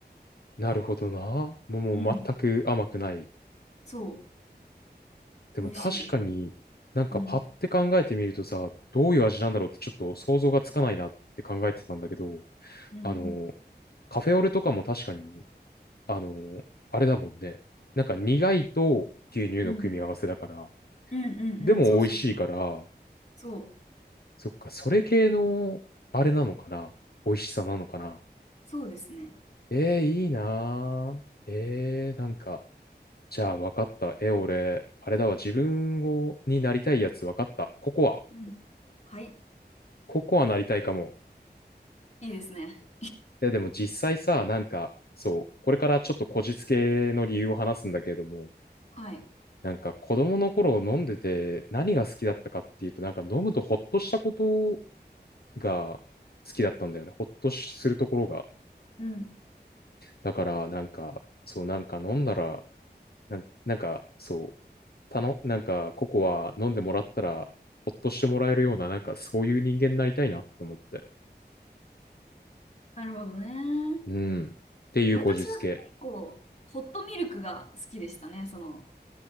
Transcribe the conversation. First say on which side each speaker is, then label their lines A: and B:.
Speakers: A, on the left; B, on the left.
A: なるほどな。もう、もう全く甘くない。
B: うん。そ
A: でも確かになんかパッて考えてみるとさ、
B: う、美味しいです、とても。うん。
A: どういう味なんだろうってちょっと想像がつかないなって考えてたんだけど、
B: うん
A: あの、カフェオレとかも確かに、あの、あれだもんね。なんか苦いと牛乳の組み合わせだから、
B: うんうんうんうんうん。
A: でも美味しいから、
B: そうそうそう。そう、
A: そっか、それ系のあれなのかな美味しさなのかな
B: そうですね。
A: ええー、いいなーええー、なんか、じゃあ分かった。え、俺、あれだわ。自分を、になりたいやつ分かった。ココア。
B: うん。はい。
A: ココアなりたいかも。
B: いいですね。
A: や、でも実際さ、なんか、そう、これからちょっとこじつけの理由を話すんだけれども、
B: はい。
A: なんか子供の頃飲んでて何が好きだったかっていうと、なんか飲むとほっとしたことが好きだったんだよね。ほっとしするところが。
B: うん。
A: だから、なんか、そう、なんか飲んだら、なんなんか、そう、たの、なんかココア飲んでもらったら、ほっとしてもらえるような、なんかそういう人間になりたいなと思って。
B: なるほどね。
A: うん。っていうこじつけ
B: 私は結構、ホットミルクが好きでしたね。その、